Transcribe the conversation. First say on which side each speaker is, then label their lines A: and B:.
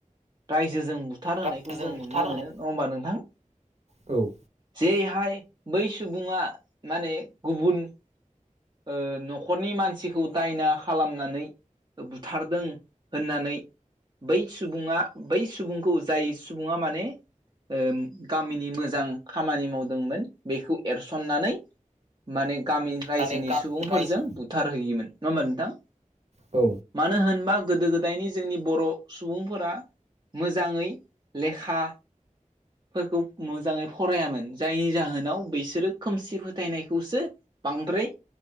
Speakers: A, on the right; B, on the right.
A: रायजोजों बुथार होनायखौ
B: रायजोजों
A: जों
B: बुथारहोनाय
A: नुनो मोनो नङा होमबा नोंथां
B: औ
A: जेरैहाय बै सुबुङा माने गुबुन ओ न'खरनि मानसिखौ दायना खालामनानै बुथारदों होननानै बै सुबुङा बै सुबुंखौ जाय सुबुङा माने ओम गामिनि मोजां खामानि मावदोंमोन बेखौ एरसननानै माने गामि रायजोनि
B: माने गामिनि
A: सुबुंफोरजों
B: रायजो
A: बुथारहैयोमोन नङा होमबा नोंथां
B: औ
A: मानो होनबा गोदो गोदायनि जोंनि बर' सुबुंफोरा मोजाङै लेखा फोरखौ मोजाङै फरायामोन जायनि जाहोनाव बिसोरो खोमसि फोथायनायखौसो बांद्राय